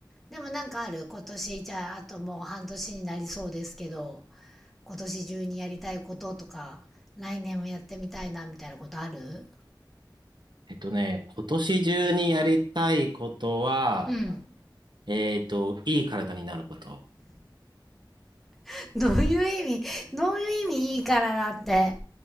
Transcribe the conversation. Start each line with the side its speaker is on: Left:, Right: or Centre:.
Centre: でもなんかある今年、じゃあ、あともう半年になりそうですけど、今年中にやりたいこととか、来年もやってみたいな、みたいなことある
Right: えっとね、今年中にやりたいことは、
Centre: うん。
Right: えっと、いい体になること。
Centre: <laughs> どういう意味どういう意味いいからだって。